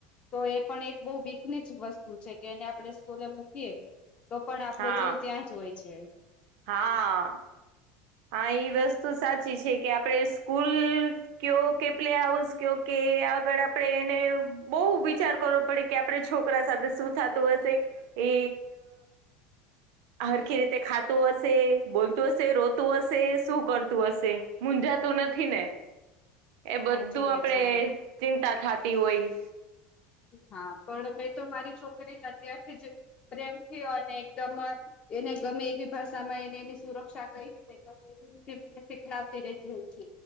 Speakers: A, on the left; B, on the right.
A: તો એ પણ એક બો બીકની જ વસ્તુ છે કે એને આપણે સ્કૂલે મૂકીએ તો પણ આપડો
B: હા
A: જીવ ત્યાં જ હોય છે.
B: હા. હા, ઈ વસ્તુ સાચી છે કે આપડે સ્કૂલ કયો કે પ્લે હાઉસ કયો કે આગળ આપડે એને બઉુ વિચાર કરવો પડે કે આપડે છોકરા સાથે શું થતું હશે એ હરખી રીતે ખાતું હશે બોલતું હશે રો તું હશે શું કરતું હશે મુજાતું નથી ને એ બધું
A: સાચું વાત
B: આપણેે
A: છે.
B: ચિંતા થાતી હોય
A: હા પણ મેં તો મારી છોકરીને અત્યારથી જ પ્રેમથી અને <unintelligible> એને ગમે એવી ભાષામાં એને એની સુરક્ષા કઈ <unintelligible> ને શીખલાવતી રે એવું છે